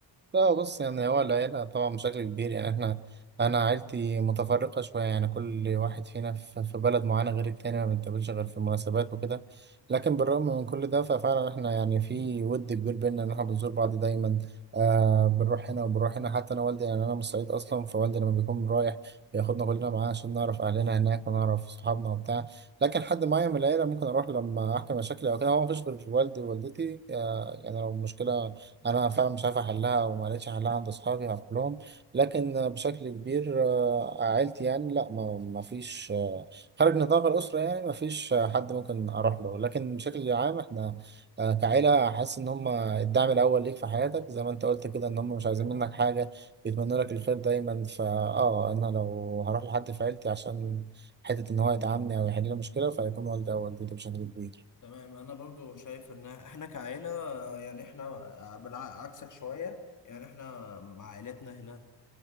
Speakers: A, on the right; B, on the left.
A: لا بص يعني هو العيلة طبعا بشكل كبير يعني احنا أنا عيلتي متفرقة شوية يعني كل واحد فينا في في بلد معينة غير التاني ما بنتقابلش غير في المناسبات وكده لكن بالرغم من كل ده ففعلا احنا يعني في ود كبير بينا إن احنا بنزور بعض دايما آه بنروح هنا وبنروح هنا حتى أنا والدي يعني أنا من الصعيد أصلا فوالدي لما بيكون رايح بياخدنا كلنا معاه عشان نعرف أهلنا هناك ونعرف صحابنا وبتاع لكن حد معين من العيلة ممكن أروح لما أحكي مشاكلي أو كده هو مفيش غير والدي ووالدتي آه يعني لو مشكلة انا فعلا مش عارف احلها وما لقيتش حلها عند اصحابي هروح لهم لكن بشكل كبير آه، عيلتي يعني لا ما ما فيش آه، خارج نطاق الاسره يعني ما فيش آه، حد ممكن اروح له لكن بشكل عام احنا آه، كعيله حاسس ان هم الدعم الاول ليك في حياتك زي ما انت قلت كده ان هم مش عايزين منك حاجه بيتمنوا لك الخير دايما فاه انا لو هروح لحد في عيلتي عشان حته ان هو يدعمني او يحل لي مشكله فهيكون والدي او والدتي بشكل كبير
B: تمام انا برضو شايف ان احنا كعيلة آه، يعني احنا بالعكسك شوية يعني احنا مع عائلتنا هنا